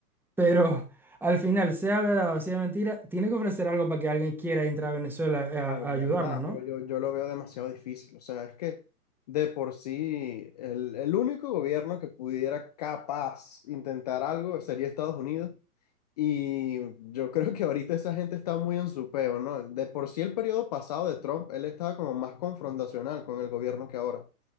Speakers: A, in the centre; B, on the left.
A: pero <laughs> al final, sea verdad o sea mentira, tiene que ofrecer algo para que alguien quiera entrar a Venezuela eh, a,
B: claro,
A: a ayudarnos,
B: claro, nada,
A: ¿no?
B: pero yo, yo lo veo demasiado difícil, o sea, es que de por sí el, el único gobierno que pudiera capaz intentar algo sería Estados Unidos Y yo creo que ahorita esa gente está muy en su peo, ¿no? De por sí el periodo pasado de Trump, él estaba como más confrontacional con el gobierno que ahora.